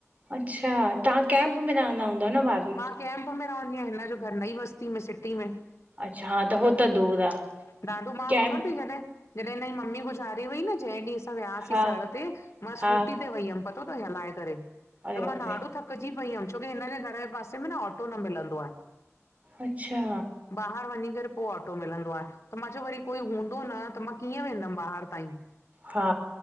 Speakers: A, on the right (about 30°); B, on the left (about 65°).
A: अच्छा! तव्हां कैमप में रहंदा हूंदव न भाभी?
B: कैमप में रहंदी आहियां, हिन जो घर नई बस्ती में सिटी में।
A: अच्छा हा त हो त दूर आहे
B: ॾाढो मां
A: कैंप
B: ख़बर थई जॾहि जॾहिं हिनजी मम्मी गुज़ारे वई न, जंहिं ॾींह असां वियासीं
A: हा
B: सर ते मां
A: हा
B: स्कूटी ते वयी हम पतो तई हलाए करे,
A: अरे
B: त
A: बाप
B: मां
A: रे
B: ॾाढो थक थकजी पई हुयम छो की हिन जे घर जे पासे में न ऑटो न मिलंदो आहे।
A: अच्छा
B: ॿाहर वञी करे पो ऑटो मिलंदो आहे त मां चयो वरी कोई हूंदो न त मां कीअं वेंदम ॿाहर ताईं
A: हा